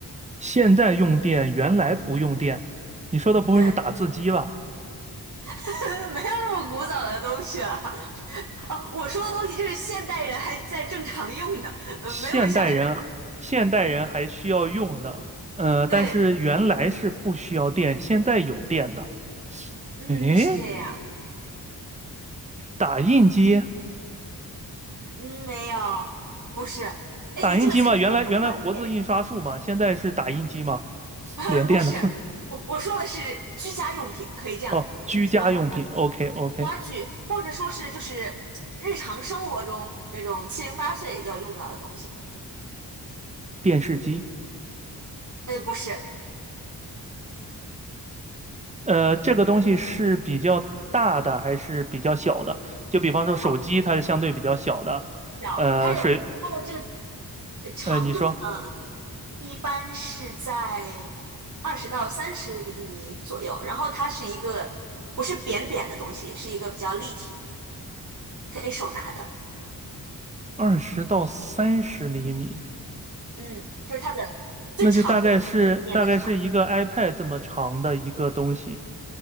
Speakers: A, on the right; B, on the right.
A: 现在用电，原来不用电。你说的不会是打字机吧？
B: 对，<laughs> 没有那么古早的东西了。<laughs> 哦，我说的东西就是现代人还在正常用的，嗯，
A: 现代人现代人还需要用的，
B: 没有像是，
A: 呃，
B: 对，
A: 但是原来是不需要电，现在有电的。
B: 嗯，
A: 诶，
B: 是这样，
A: 打印机
B: 嗯，没有，不是。哎，
A: 打印机嘛，
B: 你这个猜测好专业呀。
A: 原来原来活字印刷术嘛，现在是打印机嘛，
B: <laughs>
A: 连电的。
B: 不是，我我说的是居家用品，可以这样给你缩小。
A: 哦，居家用品，OK
B: 一
A: OK，
B: 嗯，家具，或者说是就是日常生活中那种七零八碎要用到的东西。
A: 电视机，
B: 呃，不是，
A: 呃，这个东西是比较大的还是比较小的？就比方说手机，
B: 表
A: 它是相对比较小的，
B: 表，
A: 呃，
B: 它有它的这个
A: 水，
B: 呃长度呢，
A: 呃，你说
B: 一般是在二十到三十厘米左右，然后它是一个不是扁扁的东西，是一个比较立体的，可以手拿的。
A: 二十到三十厘米，
B: 嗯，就是它的最长的那一面的长度。
A: 那就大概是大概是一个 iPad 这么长的一个东西，